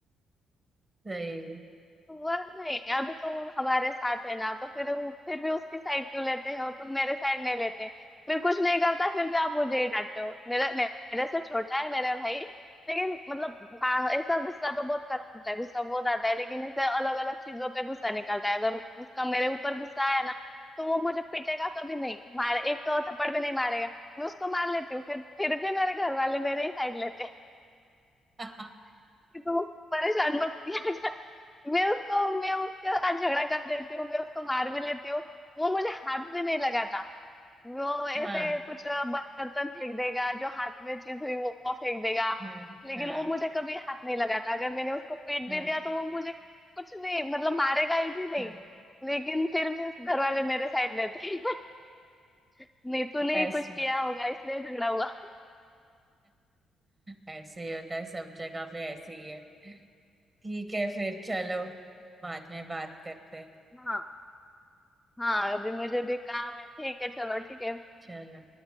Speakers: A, on the right (about 30°); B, in the centre.
A: सही
B: वह नहीं अभी तुम हमारे साथ है ना तो फिर वो फिर भी उसकी साइड क्यों लेते हो तुम मेरे साइड नहीं लेते फिर कुछ नहीं करता फिर भी आप मुझे ही डांटते हो मेरा मेरे से छोटा है मेरा भाई लेकिन मतलब हाँ ऐसा गुस्सा तो बहुत करता है गुस्सा बहुत आता है लेकिन ऐसे अलग अलग चीजों पे गुस्सा निकलता है अगर उसका मेरे ऊपर गुस्सा आया ना तो वो मुझे पीटेगा कभी नहीं मार एक थप्पड़ भी नहीं मारेगा मैं उसको मार लेती हूँ फिर फिर भी मेरे घर वाले मेरे ही साइड लेते हैं
A: <laughs>
B: <laughs> कि तुम उसको परेशान मत किया मैं उसको मैं उसके साथ झगड़ा कर देती हूँ मैं उसको मार भी लेती हूँ वो मुझे हाथ भी नहीं लगाता वो ऐसे
A: हाँ हाँ
B: कुछ बर्तन फेंक देगा जो हाथ में चीज हुई वो वो फेंक देगा
A: हाँ
B: लेकिन
A: हाँ
B: वो मुझे कभी हाथ नहीं लगाता अगर मैंने उसको पीट
A: हाँ
B: भी दिया तो वो मुझे कुछ नहीं मतलब मारेगा ही भी नहीं
A: हाँ।
B: लेकिन फिर भी घर वाले मेरे साइड लेते हैं <laughs> नहीं तूने ही
A: ऐसे
B: कुछ किया होगा इसलिए झगड़ा हुआ
A: ऐसे ही होता है सब जगह पे ऐसे ही है ठीक है फिर चलो बाद में बात करते हैं।
B: हाँ हाँ अभी मुझे भी काम है ठीक है चलो ठीक है
A: चलो